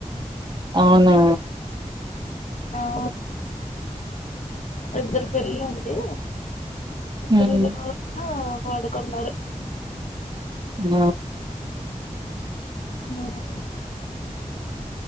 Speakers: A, on the right; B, on the left.
A: అవునా
B: ఆ ఇద్దరు పిల్లలు అండి <unintelligible>
A: ఉమ్
B: పడుకున్నారు
A: బ
B: బావుంది